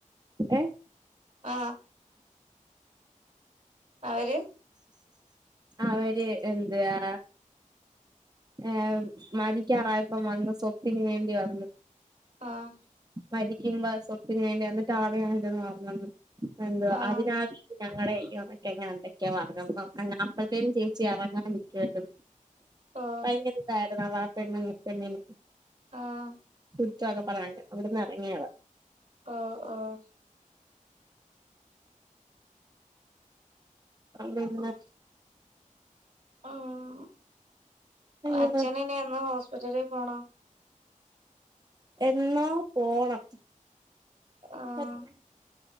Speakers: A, on the right; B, on the right.
A: ഏഹ്
B: ആഹ് അവര്
A: അവര് എന്തുവാ? ഏഹ് മരിക്കാറായപ്പം വന്ന് സ്വത്തിന് വേണ്ടി വന്ന്.
B: ആഹ്
A: മരിക്കുമ്പോ സ്വത്തിന് വേണ്ടി അന്നിട്ട് <unintelligible> എന്തുവാ
B: ആഹ്
A: അതിനാ വീട് ഞങ്ങളടെ അല്ലയോ മറ്റോ അങ്ങനെ എന്തൊക്കെയോ പറഞ്ഞെന്നോ അങ്ങ് അപ്പത്തേനും ചേച്ചി എറങ്ങാൻ നിക്കുവാര്
B: ഓ
A: ഭയങ്കര ഇതായിരുന്നു <unintelligible> പെണ്ണിന്
B: ആഹ്
A: ഉം <unintelligible> അവിടുന്ന് എറങ്ങിയതാ
B: ആഹ് ആഹ്
A: അന്ന് പിന്നെ
B: ആഹ്
A: അയ്യോ
B: അച്ഛന് ഇനി എന്ന് ഹോസ്പ്പിറ്റലി പോണം?
A: എന്നോ പോണം.
B: ആഹ്
A: <unintelligible>